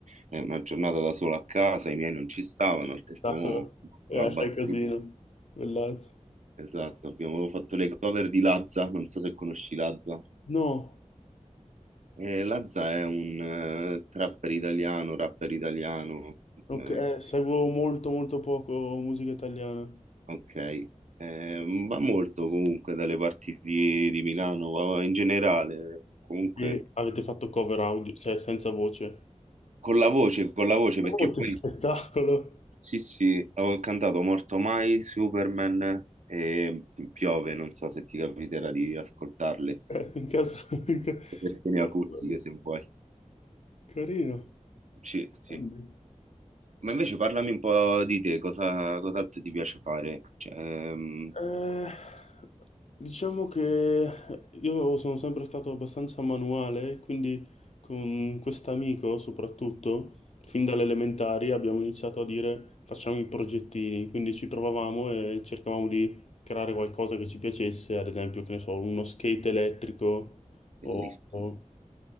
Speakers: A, on the right; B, on the left.
A: è una giornata da solo a casa, i miei non ci stavano, ho detto,
B: Sacro.
A: "Mo,
B: Eh,
A: la batteria.
B: fai casino. Bellazzo.
A: Esatto, abbiamo fatto le cover di Lazza, non so se conosci Lazza.
B: No,
A: Eh, Lazza è un eh, trapper italiano, rapper italiano,
B: ok,
A: eh,
B: eh, seguo molto molto poco musica italiana.
A: Ok, Eh, va molto comunque dalle parti di, di Milano, va in generale, comunque
B: E avete fatto cover audio, cioè senza voce.
A: con la voce, con la voce, perché
B: Oh, che
A: poi
B: spettacolo! <laughs>
A: sì, sì, avevo cantato Morto Mai, Superman e Piove, non so se ti capiterà di ascoltarle,
B: Eh, in casa... <laughs> in ca-
A: versioni
B: Bello,
A: acustiche
B: bello.
A: se vuoi.
B: Carino.
A: Sì, sì.
B: Grande.
A: Ma invece parlami un po' di te, cosa, cos'altro ti piace fare? Cioè, ehm,
B: Eh, diciamo che io sono sempre stato abbastanza manuale, quindi con quest'amico soprattutto, fin dalle elementari abbiamo iniziato a dire facciamo i progettini, quindi ci provavamo e cercavamo di creare qualcosa che ci piacesse, ad esempio, che ne so, uno skate elettrico
A: bellissimo,
B: o, o